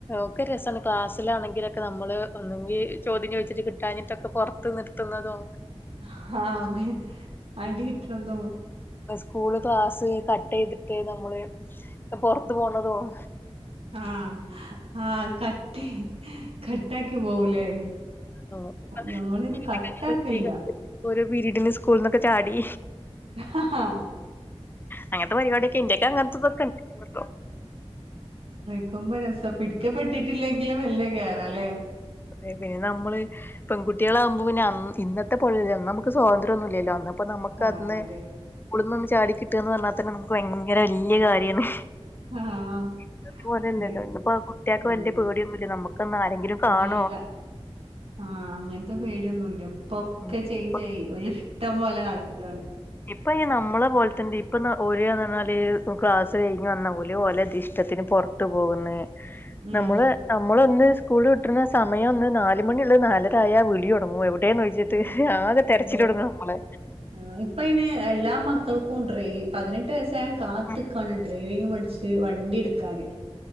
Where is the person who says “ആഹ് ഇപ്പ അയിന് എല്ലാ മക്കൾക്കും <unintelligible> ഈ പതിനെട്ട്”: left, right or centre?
Right